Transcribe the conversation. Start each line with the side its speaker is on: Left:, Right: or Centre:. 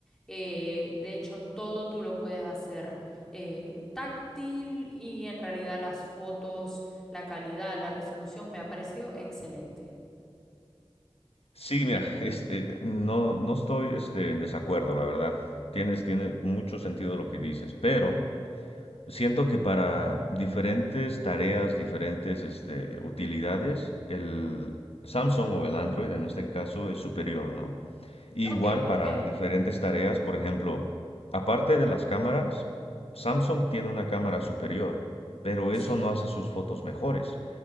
Centre: eh, de hecho, todo tú lo puedes hacer eh, táctil y en realidad las fotos, la calidad, la resolución me ha parecido excelente.
Left: Sí, mira, este, no, no estoy este, en desacuerdo, la verdad. Tienes, tiene mucho sentido lo que dices, pero Siento que para diferentes tareas, diferentes este, utilidades, el Samsung o el Android en este caso es superior, ¿no? Y
Centre: Ok,
Left: igual
Centre: ¿por
Left: para
Centre: qué?
Left: diferentes tareas, por ejemplo, aparte de las cámaras, Samsung tiene una cámara superior, pero
Centre: Sí,
Left: eso no hace sus fotos mejores.